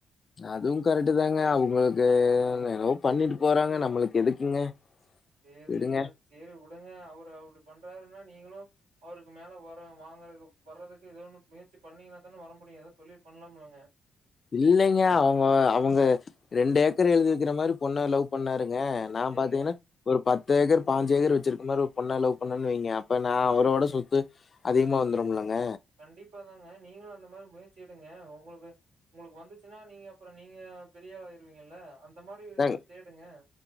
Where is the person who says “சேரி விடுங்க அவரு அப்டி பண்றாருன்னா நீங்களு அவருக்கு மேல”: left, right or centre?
Right